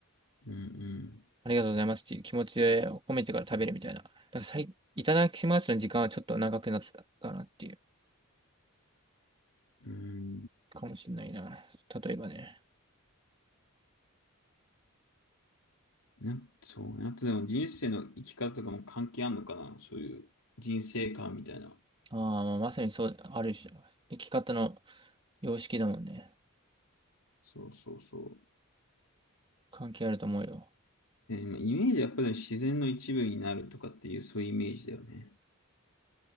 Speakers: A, on the left; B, on the right.
A: うん
B: ありがとうございますっていう気持ちを込めてから食べるみたいな。だからさい、いただきますの時間はちょっと長くなってたかなっていう。
A: うん。うん。
B: かもしれないな。例えばね。
A: な、そうね。あとでも人生の生き方とかも関係あんのかなそういう人生観みたいな。
B: ああ、まあまさにそう、ある種、生き方の様式だもんね。
A: そうそうそ
B: 関係あると思うよ。
A: う。えーまあイメージはやっぱり自然の一部になるとかっていう、そういうイメージだよね。